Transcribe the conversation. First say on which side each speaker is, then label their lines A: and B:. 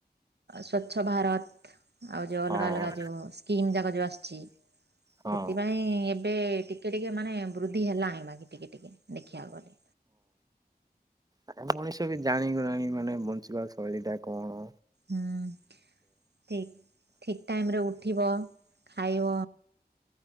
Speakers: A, on the right (about 85°); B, on the right (about 20°).
A: ସ୍ୱଚ୍ଛ ଭାରତ୍ ଆଉ ଯେଉ
B: ହଁ
A: ଅଲଗା ଅଲଗା ଯୋଉ ସ୍କିମ୍ ଯାକ ଯେଉଁ ଆସିଛି
B: ହଁ
A: ସେଥିପାଇଁ ଏବେ ଟି ଟିକେ ଟିକେ ମାନେ ବୃଦ୍ଧି ହେଲାଣି ବାକି ଟିକେ ଟିକେ ଦେଖିବାକୁ ଗଲେ।
B: ଆ ମଣିଷ ବି ଜାଣିଗଲାଣି ମାନେ ବଞ୍ଚିବା ଶୈଳୀ ଟା କଣ।
A: ହୁଁ ଠିକ୍ ଠିକ୍ ଟାଇମରେ ଉଠିବ ଖାଇବ